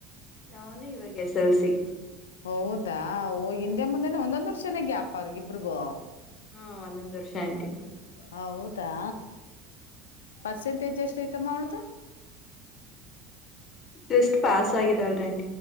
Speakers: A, on the left; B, on the left.
A: ನೌನು ಇವಾಗ್ ಎಸ್ ಎಲ್ಸಿ.
B: ಹೌದಾ ಓ ಹಿಂದೆ ಮುಂದೆನೆ ಒಂದೊಂದ್ ವರ್ಷನೆ ಗ್ಯಪ ಅವ್ರಗಿಬ್ರಿಗೂ.
A: ಹ್ಮ ಒಂದೊಂದ್ ವರ್ಷ ಆಂಟಿ
B: ಹೌ ದಾ ಪರ್ಸೆಂಟೇಜ್ ಎಷ್ಟ್ ಐತಮ್ಮ ಅವ್ಳ್ದು.
A: ಜಸ್ಟ್ ಪಾಸ್ ಆಗಿದಾಳ್ರಿ ಆನ್